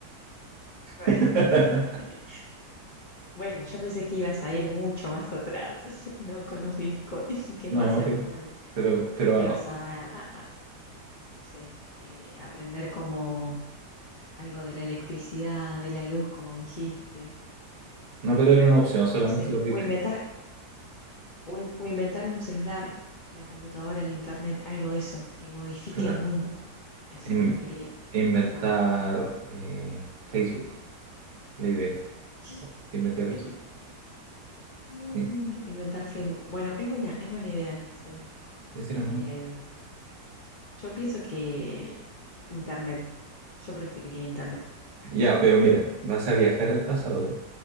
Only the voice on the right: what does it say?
<laughs>
No,
pe- pero,
pero,
no,
pero era una opción, solamente
los Bitcoin,
claro.
In-
inventar
eh, Facebook, la idea,
inventé Facebook.
Sí,
sí, sí,
normal.
Ya, pero mira, vas a viajar al pasado